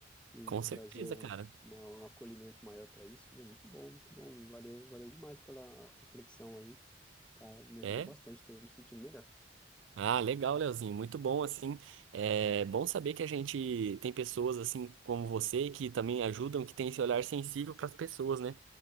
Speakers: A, in the centre; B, on the right.
A: e
B: Com certeza,
A: trazer um,
B: cara.
A: uma- um acolhimento maior para isso, né? Muito bom, muito bom. Valeu, valeu demais pela reflexão aí, tá? Me ajudou
B: É.
A: bastante, estou me sentindo melhor.
B: Ah, legal, Leozinho. Muito bom, assim. É bom saber que a gente tem pessoas assim como você que também ajudam, que tem esse olhar sensível para as pessoas, né?